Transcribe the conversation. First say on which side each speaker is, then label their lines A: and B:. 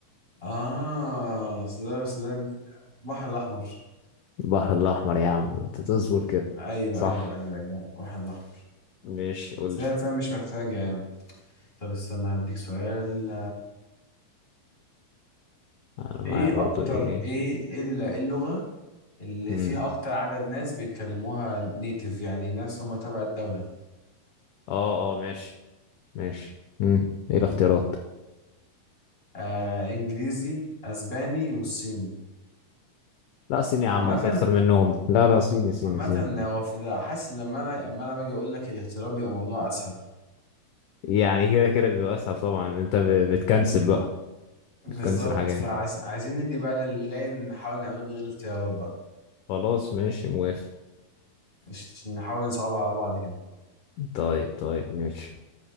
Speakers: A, on the left; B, on the left.
A: اه السودان والسودان البحر الاحمر
B: البحر الأحمر يا عم انت تصبر كده
A: ايوه
B: صح
A: ايوه ايوه ايوه البحر الاحمر
B: ماشي قلت
A: السودان فاهم مش محتاجه يعني طب استنى هديك سؤال
B: انا معايا
A: ايه
B: برضو
A: اكتر
B: ايه
A: ايه ايه ال- إيه اللغة اللي
B: مم.
A: فيها اكتر عدد ناس بيتكلموها نيتيف يعني ناس هم تبع الدولة
B: اه اه ماشي ماشي مم. ايه الاختيارات
A: آه انجليزي اسباني والصيني
B: لا صيني يا عم
A: عامة
B: في اكتر منهم لا لا صيني صيني
A: عامة
B: صيني
A: هو في حاسس لما انا لما انا باجي اقول لك الاختيارات بيبقى الموضوع اسهل
B: يعني كده كده بيبقى اسهل طبعا ان انت ب- بتكنسل بقى
A: بالظبط
B: بتكنسل حاجات
A: فعايزين ندي بقى للي جاي نحاول نعمله من غير اختيارات بقى
B: خلاص ماشي موافق
A: عش- عشان نحاول نصعبها على بعض كده
B: طيب طيب ماشي